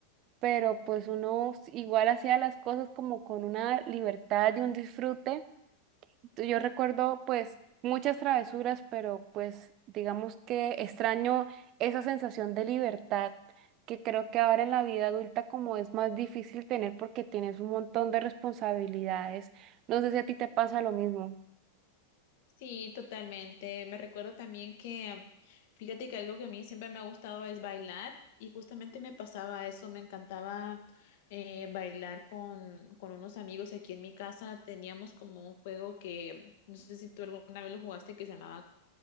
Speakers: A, on the right (about 35°); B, on the left (about 50°).
A: pero pues uno igual hacía las cosas como con una libertad y un disfrute. Yo recuerdo pues muchas travesuras, pero pues digamos que extraño esa sensación de libertad que creo que ahora en la vida adulta como es más difícil tener porque tienes un montón de responsabilidades. No sé si a ti te pasa lo mismo.
B: Sí, totalmente. Me recuerdo también que, fíjate que algo que a mí siempre me ha gustado es bailar y justamente me pasaba eso, me encantaba eh, bailar con, con unos amigos aquí en mi casa. Teníamos como un juego que, no sé si tú alguna vez lo jugaste, que se llamaba